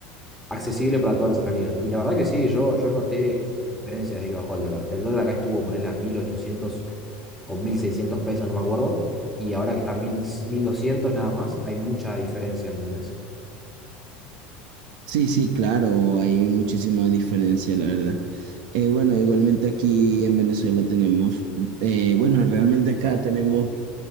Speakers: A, in the centre; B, on the right.
A: accesible para todos los argentinos. Y la verdad que sí, yo, yo noté diferencias desde que bajó el dólar. El dólar acá estuvo, ponerle a 1.800 o 1.600 pesos, no me acuerdo, y ahora que está a mil mil doscientos nada más, hay mucha diferencia, ¿entendés?
B: Sí, sí, claro, hay muchísima diferencia, la verdad. Eh, bueno, igualmente aquí en Venezuela tenemos, eh, bueno, realmente acá tenemos